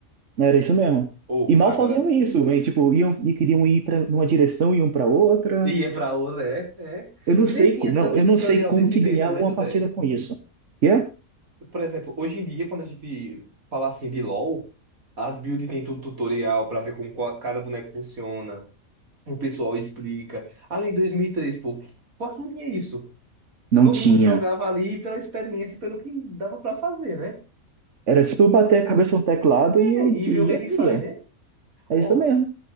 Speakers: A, on the right (about 60°); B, on the right (about 75°).
A: Não era isso mesmo.
B: Ou,
A: E mal
B: agora.
A: faziam isso, velho. Tipo, iam e queriam ir para uma direção, iam para outra.
B: Ia pra outra, é, é.
A: Eu não
B: E
A: sei,
B: nem tinha
A: co- não,
B: tanto
A: eu
B: tutorial
A: não sei como
B: nesse
A: que
B: tempo,
A: ganhava
B: né,
A: uma
B: José?
A: partida com isso. Que é?
B: Por exemplo, hoje em dia, quando a gente fala assim de LoL, as builds tem tudo tutorial pra ver como qual- cada boneco funciona. O pessoal explica. Além de 2003, pô, quase não tinha isso.
A: Não
B: Todo
A: tinha.
B: mundo jogava ali pela experiência e pelo que dava pra fazer, né?
A: Era tipo eu bater a cabeça no teclado e
B: É,
A: o
B: e
A: que
B: ver
A: ia,
B: o que é que
A: ia.
B: faz, né?
A: É
B: Ó,
A: isso mesmo.